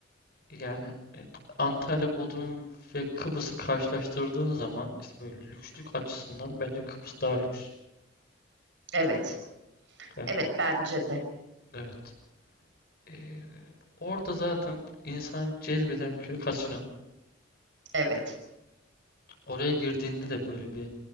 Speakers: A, on the left (about 50°); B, on the right (about 70°).
A: yani e, Antalya, Bodrum ve Kıbrıs'ı karşılaştırdığın zaman işte böyle lükslük açısından bence Kıbrıs daha lüks.
B: Evet.
A: Yani,
B: Evet bence de.
A: evet. E, orada zaten insan cezbeden bir kere kasino.
B: Evet.
A: Oraya girdiğinde de böyle bir